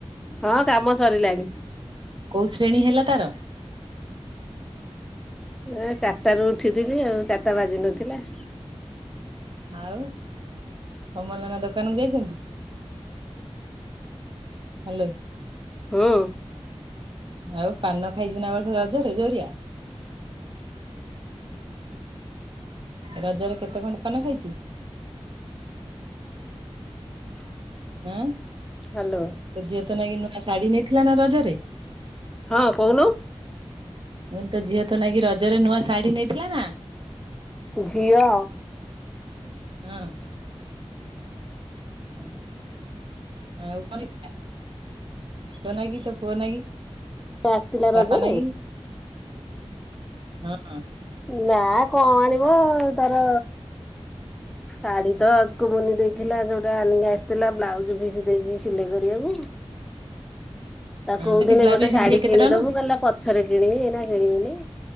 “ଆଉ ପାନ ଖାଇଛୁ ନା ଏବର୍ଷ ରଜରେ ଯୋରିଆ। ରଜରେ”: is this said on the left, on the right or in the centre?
Right